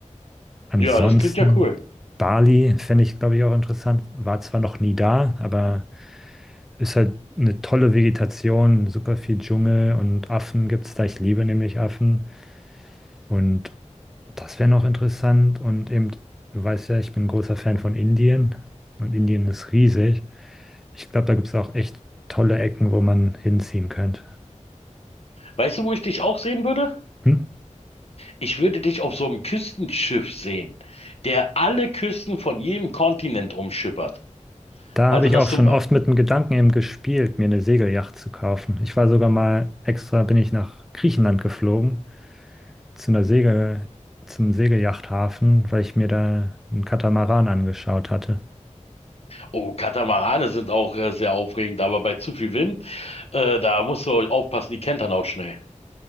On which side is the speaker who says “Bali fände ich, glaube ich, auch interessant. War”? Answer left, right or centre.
Centre